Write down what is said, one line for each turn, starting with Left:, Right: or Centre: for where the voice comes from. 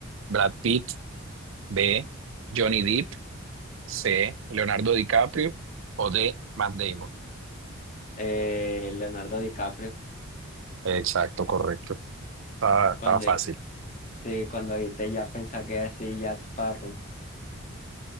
Right: Brad Pitt. B. Johnny Depp. C. Leonardo DiCaprio. O D. Matt Damon.
Left: Eh, Leonardo DiCaprio.
Right: Exacto, correcto. Estaba, estaba
Left: Cuando,
Right: fácil.
Left: sí, cuando te ya pensé que era así, Jack Sparrow.